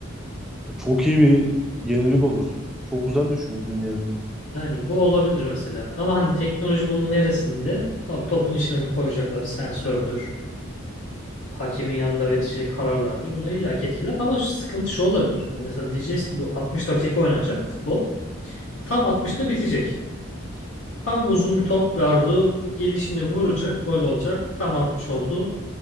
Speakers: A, in the centre; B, on the left.
A: Çok iyi bir yenilik olur. Çok güzel düşündün yani.
B: Yani bu olabilir mesela. Ama hani teknoloji bunun neresinde? Tabii topun içine koyacakları sensördür. Hakemin yanında verecek kararlardır. Bunlar illaki etkiler. Ama şu sıkıntı şu olabilir. Hani mesela diyeceğiz ki bu 60 dakika oynanacak futbol. Tam 60'ta bitecek. Tam uzun bir top verdi. Gelişini vuracak. Gol olacak. Tam 60 oldu.